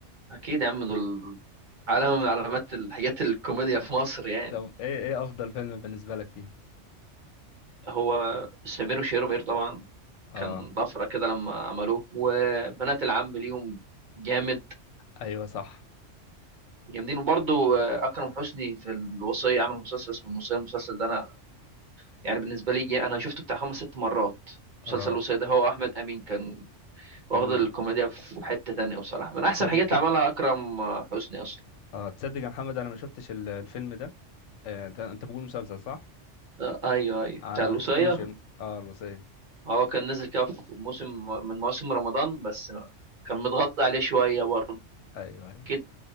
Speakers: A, on the right (about 45°); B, on the left (about 75°).
A: أكيد يا عم دول علامة من علامات الحاجات الكوميديا في مصر يعني
B: طب ايه ايه افضل فيلم بالنسبه لك فيهم
A: هو سمير وشهير وبهير طبعا
B: اه
A: كان طفرة كده لما عملوه وبنات العم ليهم جامد
B: ايوه صح
A: جامدين وبرضه أكرم حسني في الوصية عمل مسلسل اسمه الوصية المسلسل ده أنا يعني بالنسبة لي جه- أنا شفته بتاع خمس ست مرات مسلسل
B: اه
A: الوصية ده هو أحمد أمين كان واخد
B: امم
A: الكوميديا في حتة تانية بصراحة من أحسن
B: تصدق
A: الحاجات اللي عملها أكرم آه، حسني أصلا
B: اه تصدق يا محمد انا ما شفتش ال- الفيلم ده آه، انت انت بقول مسلسل صح
A: آه، أيوه أيوه
B: انا
A: بتاع الوصية
B: ما شفتوش الم... اه الوصية
A: هو كان نزل كده في موسم من مواسم رمضان بس كان متغطى عليه شوية برضه
B: ايوه ايوه
A: أكيد